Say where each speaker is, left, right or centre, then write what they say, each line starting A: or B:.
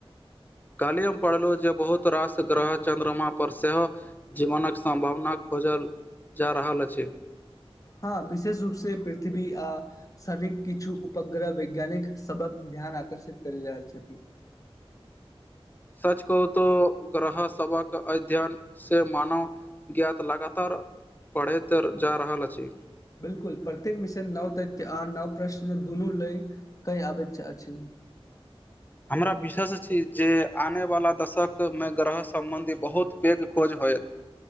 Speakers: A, on the left; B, on the left.
A: काल्हिमे पढ़लहुँ जे बहुत रास ग्रह चन्द्रमापर सेहो जीवनक सम्भावना खोजल जा रहल अछि
B: हँ विशेष रूप से पृथ्वी आ सनिक किछु उपग्रह वैज्ञानिक सबक ध्यान आकर्षित कर रहल छथि
A: सच को तो ग्रह सभक अध्ययन से मानव ज्ञात लगातार बढ़ैत जा रहल अछि
B: बिलकुल प्रत्येक विषय नव तथ्य आर नव प्रश्न दुनू लय कहि आबैत अछि
A: हमरा विशेष छी जे आनवला दशकमे ग्रह सम्बन्धी बहुत पैघ खोज होयत